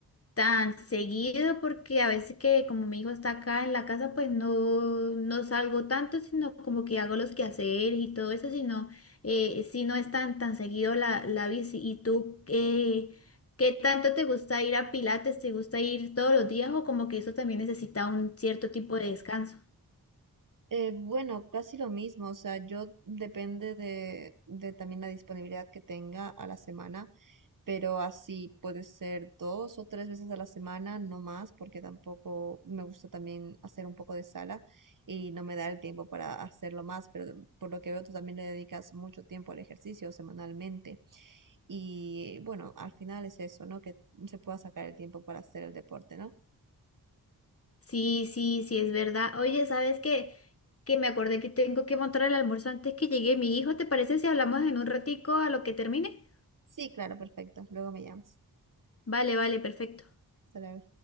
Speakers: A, on the left; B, on the right.
A: tan seguido porque a veces que como mi hijo está acá en la casa, pues no, no salgo tanto, sino como que hago los quehaceres y todo eso, sino eh, si no es tan, tan seguido la, la bici. ¿Y tú eh, qué tanto te gusta ir a Pilates? ¿Te gusta ir todos los días o como que eso también necesita un cierto tipo de descanso?
B: Eh, bueno, casi lo mismo, o sea, yo depende de, de también la disponibilidad que tenga a la semana, pero así puede ser dos o tres veces a la semana, no más, porque tampoco me gusta también hacer un poco de sala y no me da el tiempo para hacerlo más, pero de- por lo que veo tú también le dedicas mucho tiempo al ejercicio semanalmente y bueno, al final es eso, ¿no? Que se pueda sacar el tiempo para hacer el deporte, ¿no?
A: Sí, sí, sí, es verdad. Oye, ¿sabes qué? Que me acordé que tengo que montar el almuerzo antes que llegue mi hijo. ¿Te parece si hablamos en un ratico a lo que termine?
B: Sí, claro, perfecto. Luego me llamas.
A: Vale, vale, perfecto.
B: Hasta luego.